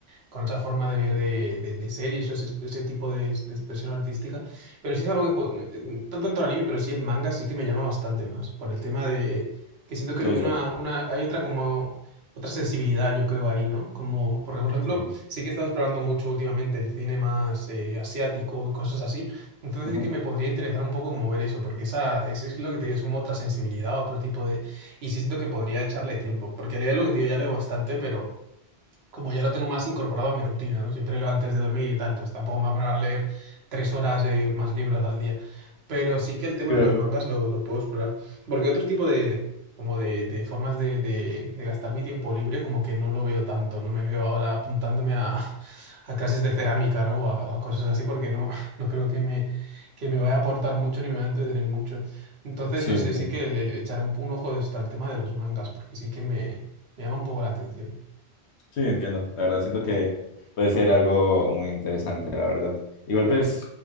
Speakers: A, on the right; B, on the left.
A: con esa forma de ver de, de, de series o ese, ese tipo de, de expresión artística. Pero sí es algo que, po- eh, no tanto el anime, pero sí el manga sí que me llama bastante más, por el tema de que siento que
B: Lo
A: una,
B: visual.
A: una, hay otra como... Otra sensibilidad, yo creo, ahí, ¿no? Como, porque, por ejemplo,
B: Sí.
A: sí que he estado explorando mucho últimamente el cine más eh, asiático y cosas así. Entonces
B: Ajá.
A: sí que me podría interesar un poco como ver eso, porque esa, eso es lo que te digo, es como otra sensibilidad, otro tipo de... Y sí siento que podría echarle tiempo, porque leer lo que te digo ya leo bastante, pero como ya lo tengo más incorporado a mi rutina, ¿no? Siempre leo antes de dormir y tal, entonces tampoco me voy a poner a leer tres horas eh, más libros al día. Pero sí que el tema
B: Claro.
A: de los mangas lo, lo puedo explorar. Porque otro tipo de, como de, de formas de, de, de gastar mi tiempo libre, como que no lo veo tanto, no me veo ahora apuntándome a, <laughs> a clases de cerámica, ¿no? O a, o a cosas así, porque no, <laughs> no creo que me, que me vaya a aportar mucho ni me vaya a entretener mucho. Entonces,
B: Sí,
A: no
B: entiendo.
A: sé, sí que le, le echaré un, un ojo de esto al tema de los mangas, porque sí que me, me llama un poco la atención.
B: Sí, entiendo. La verdad, siento que puede ser algo muy interesante, la verdad. Igual, pues,